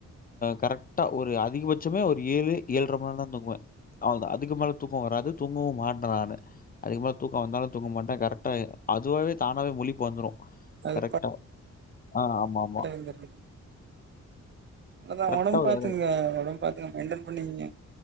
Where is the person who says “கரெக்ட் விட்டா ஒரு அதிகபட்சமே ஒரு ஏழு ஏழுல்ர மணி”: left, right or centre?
Left